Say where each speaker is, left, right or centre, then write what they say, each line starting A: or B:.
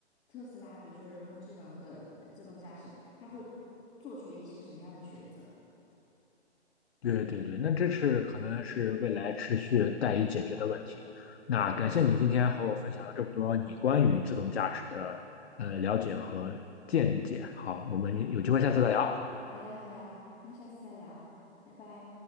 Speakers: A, on the left; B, on the left.
A: 特斯拉，比如说人工智能的呃自动驾驶，它会做出一些什么样的选择？
B: 对对对，那这是可能是未来持续待以解决的问题。那感谢你今天和我分享了这么多你关于自动驾驶的
A: 对，
B: 呃了解和见解。好，我们有机会下次再聊。
A: 好呀，好呀，那下次再聊，拜拜。